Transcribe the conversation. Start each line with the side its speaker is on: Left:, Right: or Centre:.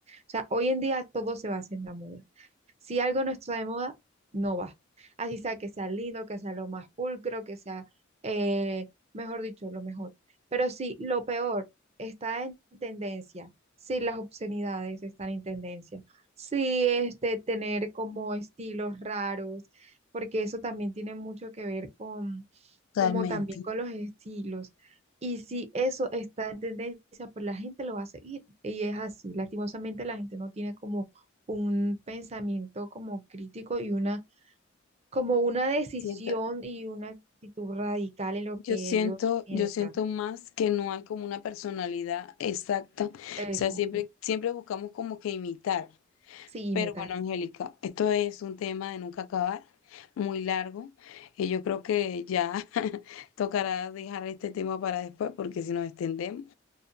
Right: O sea, hoy en día todo se basa en la moda. Si algo no está de moda, no va. Así sea que sea lindo, que sea lo más pulcro, que sea, eh, mejor dicho, lo mejor. Pero si lo peor está en tendencia, si las obscenidades están en tendencia, si este tener como estilos raros, porque eso también tiene mucho que ver con
Left: totalmente.
Right: como también con los estilos. Y si eso está en tendencia, pues la gente lo va a seguir. Y es así. Lastimosamente la gente no tiene como un pensamiento como crítico y una, como una decisión
Left: Siento-
Right: y una actitud radical en lo
Left: yo
Right: que
Left: siento,
Right: ellos piensan.
Left: yo siento más que no hay como una personalidad exacta. O
Right: Exacto.
Left: sea, siempre, siempre buscamos como que imitar.
Right: Sí,
Left: Pero
Right: imitar.
Left: bueno, Angélica, esto es un tema de nunca acabar, muy largo. Y yo creo que ya <laughs> tocará dejar este tema para después, porque si nos extendemos,